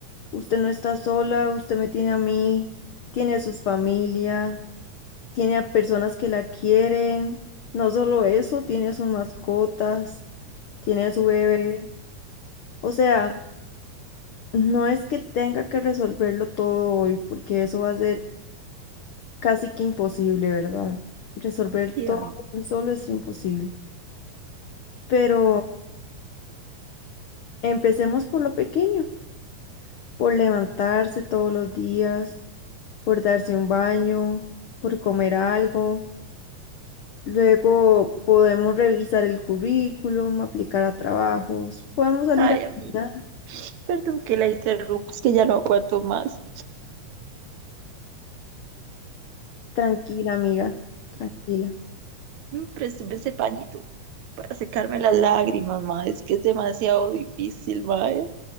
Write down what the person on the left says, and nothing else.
Usted no está sola, usted me tiene a mí, tiene a sus familia, tiene a personas que la quieren. No solo eso, tiene a sus mascotas, tiene a su bebé. O sea, no es que tenga que resolverlo todo hoy, porque eso va a ser casi que imposible, ¿verdad? Resolver
todo
solo es imposible. Pero empecemos por lo pequeño, por levantarse todos los días, por darse un baño, por comer algo. Luego podemos revisar el currículum, aplicar a trabajos, podemos salir
a caminar.
Tranquila, amiga, tranquila.